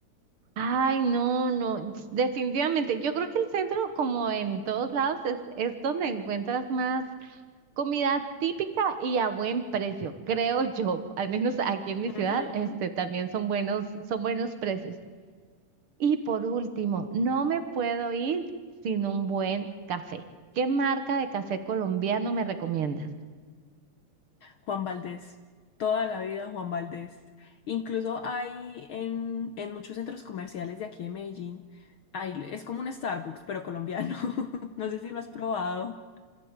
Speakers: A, on the right (about 50°); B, on the left (about 75°).
A: Ay, no, no, s- definitivamente. Yo creo que el centro, como en todos lados, es, es donde encuentras más comida típica y a buen precio, creo yo. Al menos aquí en mi ciudad,
B: Ujú.
A: este, también son buenos, son buenos precios. Y por último, no me puedo ir sin un buen café. ¿Qué marca de café colombiano me recomiendas?
B: Juan Valdés, toda la vida Juan Valdés. Incluso hay en, en muchos centros comerciales de aquí de Medellín, hay, es como un Starbucks, pero colombiano. <laughs> No sé si lo has probado.